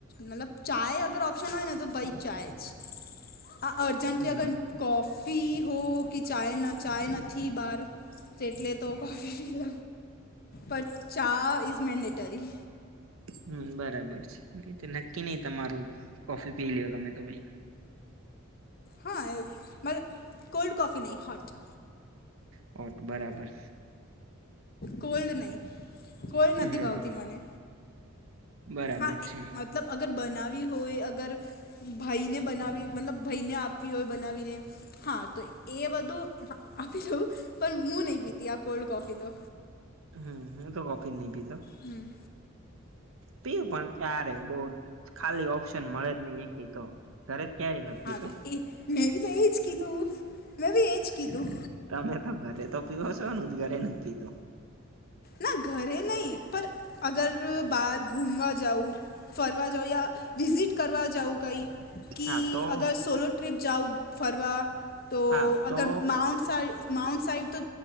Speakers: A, on the left; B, on the right.
A: મતલબ ચાય અગર ઓપ્શન હોય, ને તો બઈ ચાય છે હ અર્જેન્ન્ટલી
B: હમ
A: અગર કોફી હો કે ચાય ચાય નથી બહાર જેટલે તો કફી પી લ પર ચા ઇઝ મેન્ડેટરી
B: હમ બરાબર છે, ન તો નક્કી નહ તમારું કોફી પી લ તમે તો ભાઈ
A: હા એ મરા કોલ્ડ કોફી નહીં હ હોટ
B: ઓ બરાબર
A: કોલ્ડ નહી કોલ્ડ નથી
B: હમ
A: વાવતી મને
B: બરાબર
A: હા
B: છે
A: મતલબ અગર બનાવી હોય, અગર ભાઈને બનાવી, મતલબ ભાઈને આપવી હોય બનાવીને હા તો એ બધું આપી દઉું પણ હું નહી પીતી આ કોલ્ડ કોફી તો
B: હમ હું તો કોફીર નહી પીતો
A: હમ.
B: પીયુ પણ ક્યારે બહુ ખાલી ઓપ્શન મળે જ નહી એક પી તો તરે જ ક્યારેય નથી, પીતો
A: હા તો એ મેં બી તો એજ કીધું મેં બી એજ કીધું
B: તમે તો ઘરે તો પીવ છો ન જ ઘરે ન જ પીતો
A: ના ઘરે નહી, પર અગર બાર ઘૂમવા જાઉં ફરવા જાઉં યા વિઝિટ કરવા જાઉં કંઈ. કે
B: હા તો
A: અગર સોલો ટ્રિપ જાઓ ફરવા તો
B: હા તો
A: અગર માાઉન્ટ માઉન્ટ સાઈડ તો